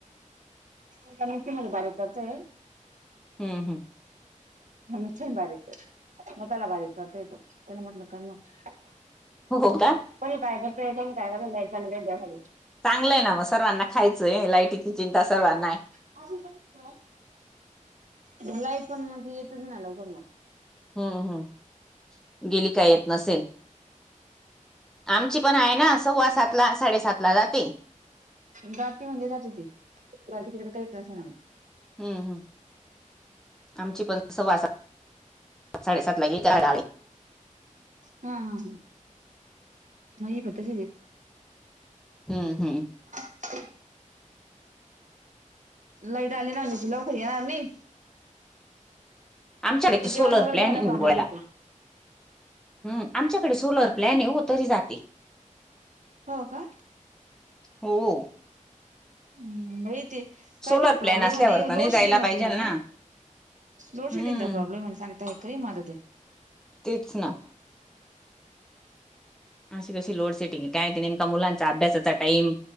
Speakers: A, on the right; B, in the centre.
A: एका मिक्सी मध्ये बारीक करतोय.
B: हम्म हम्म.
A: आणखीन बारीक कर मसाला बारीक करते ती तिला म्हटल कर मग
B: हो का.
A: कोणी काय करतय कोण काय करतय <unintelligible>
B: चांगलंय ना मग सर्वांना खायचंय लायटीची चिंता सर्वांना ये.
A: <unintelligible> बोलायचं ना मग येतच ना लवकर मग
B: हम्म हम्म गेली का येत नसेल. आमची पण हाय ना, सव्वा सातला साडेसातला जाते.
A: जाती म्हणजे जाते ती, जाते तिकडे काही का असेना मग
B: हूं हम्म, आमची पण सव्वा सात साडेसातला येत्यात गावे
A: हा हा हा, म ही पण तसीचं ए
B: हूं हूं
A: <inaudible> लाईट आली ना, नायतर लवकर यणार नई
B: आमच्याकडे तो सोलर
A: जेवण वगैरे
B: प्लॅन
A: झालं
B: निंबोला
A: का मग येते.
B: हं, आमच्याकडे सोलर प्लॅन ए ओ, तरी जाते.
A: हो का
B: हो.
A: हम्म, बाई ते कायतरी
B: सोलर प्लॅन
A: प्रॉब्लेम
B: असल्यावर
A: म्हणे
B: तर
A: लोड
B: नाही जायला
A: शेडिंग होते
B: पाहिजेल
A: म्हणे,
B: ना.
A: लोड
B: हम्म.
A: शेडिंगचा प्रॉब्लेम ए म्हणुन सांग तय कई मादत ये
B: तेच ना अशी कशी लोड सेटिंग ए, काय ते नेमका मुलांचा अभ्यासाचा टाईम,